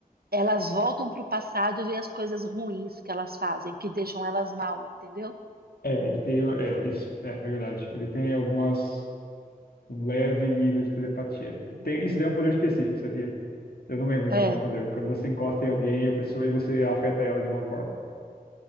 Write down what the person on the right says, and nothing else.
elas voltam para o passado e vê as coisas ruins que elas fazem, que deixam elas mal, entendeu?
É,